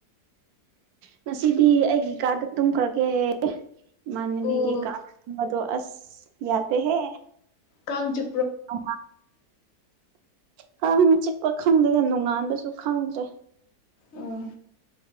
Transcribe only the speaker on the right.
ꯉꯁꯤꯗꯤ ꯑꯩꯒꯤ ꯏ ꯀꯥꯗ ꯇꯨꯝꯈ꯭ꯔꯒꯦ ꯃꯅꯦꯕꯤ
ꯀ ꯀꯥ ꯃꯗꯨꯣ ꯑꯁ ꯌꯥꯗ ꯍ
ꯑ ꯈ ꯆꯤꯛꯄ ꯈꯪꯗꯦꯗ ꯅꯣꯡꯉꯥꯟꯕꯁꯨ ꯈꯪꯗ꯭ꯔꯦ